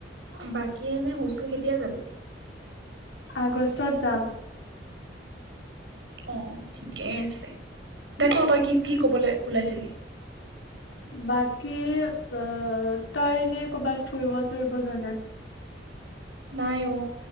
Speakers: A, on the right (about 85°); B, on the left (about 85°).
A: বাকী এনে হষ্টেল কেতিয়া যাবি?
B: আগষ্টত যাম।
A: অ ঠিকেই আছে। দে তই ক কি কি কবলৈ ওলাইছিলি?
B: বাকী, অ' তই এনে কৰ'বাত ফুৰিব চুৰিব যোৱা না?
A: নাই অ